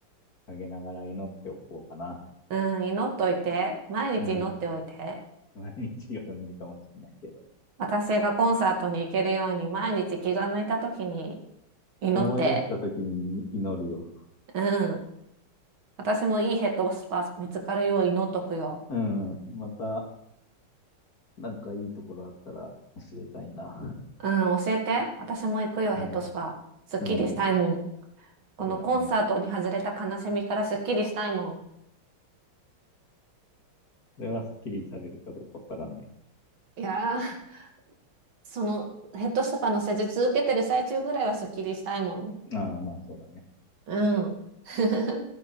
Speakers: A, on the left (about 45°); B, on the right (about 70°).
A: 陰ながら祈っておこうかな。
B: うん、祈っといて。毎日祈っておいて。
A: うん。毎日は無理かもしれないけど。
B: 私がコンサートに行けるように毎日気が向いた時に祈って、
A: 思い出した時に祈るよ。
B: うん。私もいいヘッドスパ見つかるよう祈っとくよ。
A: うん。また、なんかいいところあったら教えたいな。
B: うん、教えて。私も行くよ、ヘッドスパ。
A: うん。
B: すっきりしたいもん。
A: うん。
B: このコンサートに外れた悲しみからすっきりしたいもん。
A: そうだね。それはスッキリされるかどうかわからない。
B: いやー、そのヘッドスパの施術受けてる最中ぐらいはすっきりしたいもん。
A: ああ、まあそうだね。
B: うん。<laughs>